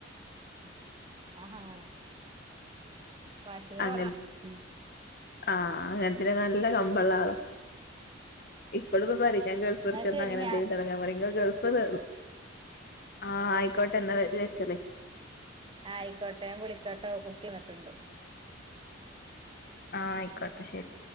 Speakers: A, on the right; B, on the left.
A: <unintelligible> ആഹാ <unintelligible>
B: അങ്ങൻ
A: ഉം
B: ആഹ് <unintelligible> നല്ല കമ്പള്ള ആള് ഇപ്പളും <unintelligible> ഞാൻ ഗൾഫ്
A: എന്നാ
B: നിർത്തി വന്നാൽ
A: ശരി
B: ഞാൻ
A: ഞാ
B: എന്തെങ്കിലും തുടങ്ങാൻ പറയും <unintelligible> ഗൾഫ് നിർ ആഹ് ആയിക്കോട്ടെ എന്നെ വച്ചലീ
A: ആയിക്കോട്ടെ വിളിക്കട്ടോ കുട്ടിവത്ണ്ട്
B: ആയിക്കോട്ടെ ശരി